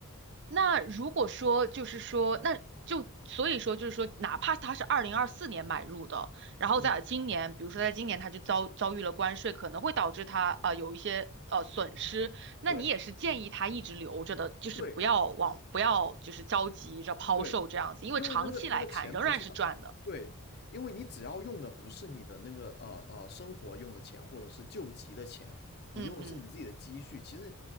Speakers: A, on the right (about 50°); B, on the left (about 45°).
A: 那如果说就是说，那就所以说就是说，哪怕他是二零二四年买入的，然后在今年，
B: 嗯，
A: 比如说在今年他就遭遭遇了关税，可能会导致他呃有一些呃损失，那你也是建议他一直留着的，
B: 对
A: 就是不要往不要就是着急着抛售这样子，
B: 对对，
A: 因为长期来看仍然是赚的。
B: 因为那个那个钱不是他，对，因为你只要用的不是你的那个呃呃生活用的钱或者是救急的钱，你用的是你自己的积蓄。
A: 嗯嗯，
B: 其实